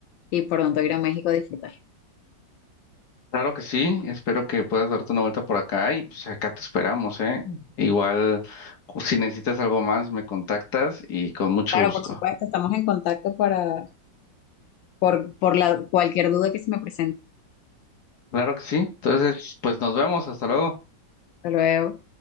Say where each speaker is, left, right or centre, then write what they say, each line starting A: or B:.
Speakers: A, on the left; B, on the left.
A: y pronto ir a México a disfrutar.
B: Claro que sí, espero que puedas darte una vuelta por acá y pues acá te esperamos, ¿eh? Igual, si necesitas algo más, me contactas y con mucho
A: Claro,
B: gusto.
A: por supuesto, estamos en contacto para, por, por la, cualquier duda que se me presente.
B: Claro que sí. Entonces, pues nos vemos. Hasta luego.
A: Hasta luego.